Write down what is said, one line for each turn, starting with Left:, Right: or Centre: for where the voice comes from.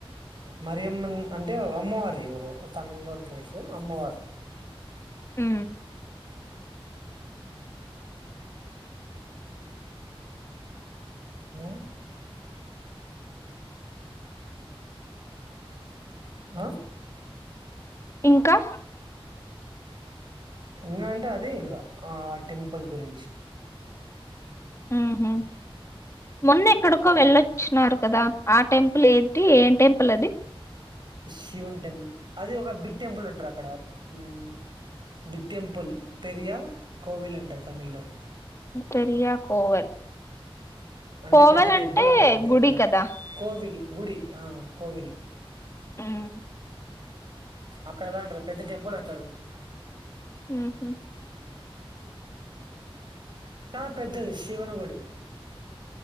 Right: మరి అమ్మన్ అంటే అమ్మవారు ఎవరు తమిళనాడు తెలుసు అమ్మవారు
Left: ఆ
Right: ఆ ఆ
Left: ఇంకా
Right: ఇంకా అంటే అదే ఇంకా ఆ టెంపుల్ గురి
Left: ఉహ మొన్న ఎక్కడికో వెళ్ళొచ్చిన్నారు కదా ఆ టెంపుల్ ఏంటి ఏం టెంపుల్ అది
Right: శివున్ టెంబుల్ అది ఒక బిగ్ టెంపుల్ అంటారు అక్కడ హ్మ్ బిగ్ టెంపుల్ పెరియా కోవిల్ అంటారు తమిళ్లో
Left: పెరియా కోవల్
Right: అంటే
Left: కోవల్
Right: పెద్ద టెంపుల్
Left: అంటే
Right: అంటారు అంతే
Left: గుడి
Right: అక్కడ
Left: కదా
Right: కోవిల్ గుడి ఆ కోవిల్
Left: హ్మ్
Right: అక్కడదా అంటరు పెద్ద టెంపుల్ అంటారు
Left: హ్మ్ హు
Right: చాలా పెద్దది శివుని గుడి